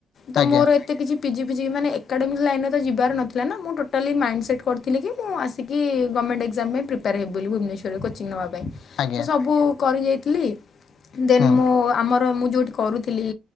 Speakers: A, on the left; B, on the left.
A: ତ
B: ଆଜ୍ଞା
A: ମୋର ଏତେ କିଛି ପିଜି ଫିଜିି ମାନେ ଏକାଡେମିକ୍ ଲାଇନ୍ରେ ତ ଯିବାର ନଥିଲା ନା ମୁଁ ଟୋଟାଲି ମାଇଣ୍ଡ ସେଟ୍ କରିଥିଲି କି ମୁଁ ଆସ ସିକି ଗଭର୍ଣ୍ଣମେଣ୍ଟ ଏକ୍ଜାମ ପାଇଁ ପ୍ରିପେୟାର ହେବି ବୋଲି ଭୁବନେଶ୍ୱରରେ କୋଚିଂ ନବା ପାଇଁ
B: ଆଜ୍ଞା
A: ତ ସବୁ କରିଯାଇଥିଲି ଦେନ୍
B: ହୁଁ
A: ମୁଁ ଆମ ମୁଁ ଯୋଉଠି କରୁଥିଲି